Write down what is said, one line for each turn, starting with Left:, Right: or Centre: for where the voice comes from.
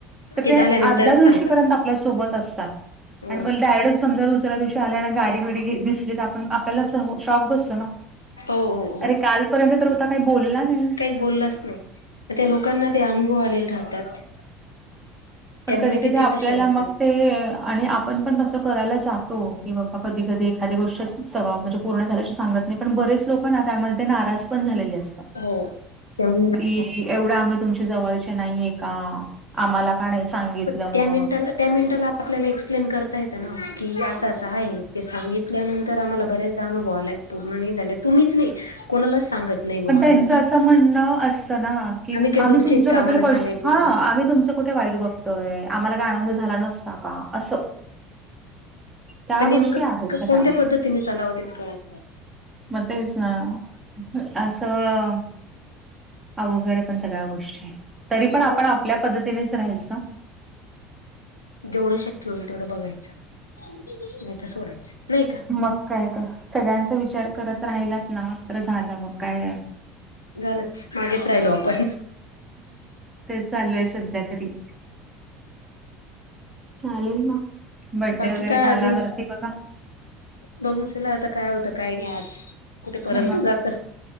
Right: तर ते
Left: झाल्यानंतरच
Right: आदल्या दिवशीपर्यंत
Left: सांगतात
Right: आपल्या सोबत असतात.
Left: हो
Right: आणि मग डायरेक्ट समजा दुसऱ्या दिवशी आल्या आणि गाडी बिडी घेत दिसली, तर आपण आपल्याला अस शॉक बसतो ना,
Left: हो हो हो
Right: अरे कालपर्यंत तर होता काही बोलला नाही.
Left: काहीच बोललाच नाही त्या लोकांना ते अनुभव आलेले राहतात. त्यामुळे
Right: पण कधी-कधी
Left: ते
Right: आपल्याला
Left: ते तसे वागतात
Right: मग ते आणि आपण पण तस करायला जातो की, बाबा कधी-कधी एखाद्या गोष्टी सगळ म्हणजे पूर्ण झाल्याशी सांगत नाही, पण बरेच लोक ना त्यामध्ये नाराज पण झालेले असतात.
Left: हो त्यामुळे
Right: कि एवढं आम्ही तुमच्या जवळचे नाहीये का आम्हाला का नाही सांगितलं
Left: पत्या
Right: मग?
Left: मिनट त्या मिनिटा आपला एक्सप्लेन करता येतं ओ ना की, असं असं आहे ते सांगित त्यानंतर आम्हाला बऱ्याचदा अनुभवाला पूर्ण झाले. तुम्हीच नाही कोणालाच सांगत नाही बुवा
Right: पण त्यांचं
Left: आम्ही
Right: असं म्हणणं असतं ना की,
Left: काय
Right: आम्ही
Left: दूरचे
Right: तुमच्याबद्दल
Left: आहेत का आम्हाला
Right: क
Left: सांगायचं
Right: हा
Left: तर
Right: आम्ही तुमचं कुठे वाईट बघतोय. आम्हाला काही आनंद झाला नसता का? असं त्या
Left: तर नेमकं
Right: गोष्टी आहेत सगळ्या.
Left: कोणत्या पद्धतीने चालावं तेच कळत नाही.
Right: म तेच ना, असं अवघड आहे पण सगळ्या गोष्टी, तरी पण आपण
Left: तेच
Right: आपल्या
Left: ना
Right: पद्धतीनेच राहायचं.
Left: जेवढं शक्य होईल तेवढं बघायचं, नाही तर सोडायचं नाही का?
Right: मग काय तर सगळ्यांचा विचार करत राहिलात ना तर झालं मग काय?
Left: झालंच मागेच राहिलो आपण,
Right: तेच चालू आहे सध्या तरी, चालेल मग बड्डे
Left: बाकी
Right: वगैरे
Left: काय
Right: झाल्यावरती
Left: अजून
Right: बघा.
Left: बघू चला आता काय होतं. काय नाही आज कुठेपर्यंत
Right: मग
Left: जात